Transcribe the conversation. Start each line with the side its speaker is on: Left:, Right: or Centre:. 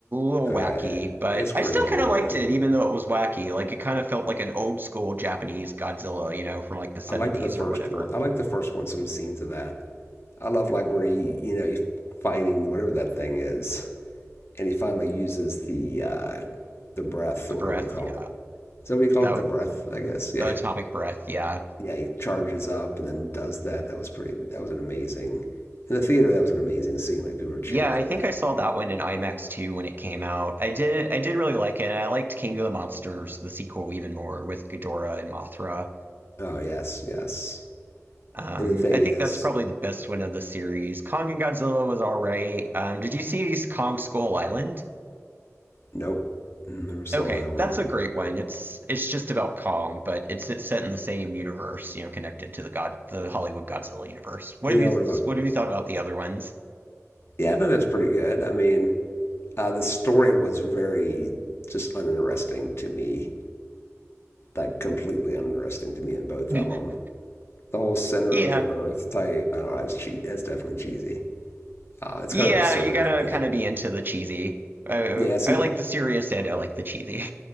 Right: little
Left: Uh,
Right: wacky, but
Left: it's cringy.
Right: I still kind of liked
Left: Yeah.
Right: it, even though it was wacky. Like it kind of felt like an old school Japanese Godzilla, you know, from like the 70s
Left: I liked the first
Right: or whatever.
Left: one. I liked the first one. Some scenes of that. I love like where he you know he fighting whatever that thing is, and he finally uses the uh, the breath
Right: The
Left: or whatever
Right: breath,
Left: you call
Right: yeah.
Left: it. So we call
Right: That,
Left: it the breath, I guess. Yeah,
Right: the atomic breath, yeah.
Left: yeah, he charges up and then does that. That was pretty. That was an amazing. In the theater, that was an amazing scene. Like people were cheering
Right: Yeah,
Left: for
Right: I
Left: that.
Right: think I saw that one in IMAX too when it came out. I did I did really like it. and I liked King of the Monsters, the sequel, even more with Ghidorah and Mothra.
Left: Oh yes, yes.
Right: Um,
Left: And the thing
Right: I think
Left: is,
Right: that's probably the best one of the series. Kong and Godzilla was all right. Um, did you see Kong Skull Island?
Left: nope, never saw
Right: Okay,
Left: that one.
Right: that's a great one. It's it's just about Kong, but it's it's set in the same universe, you know, connected to the God the Hollywood Godzilla universe. What
Left: You
Right: have
Left: know
Right: you
Left: what I'm up?
Right: what have you thought about the other ones?
Left: Yeah, I thought it was pretty good. I mean, uh, the story was very just uninteresting to me. Like completely uninteresting to me in both
Right: <laughs>
Left: of them. The whole center
Right: Yeah,
Left: of the earth type. I don't know. That's che- That's definitely cheesy. Uh, it's
Right: Yeah,
Left: kind of absurd.
Right: you gotta
Left: <laughs>
Right: kind of be into the cheesy. I,
Left: Yeah, yeah. See,
Right: I like the serious and I like the cheesy.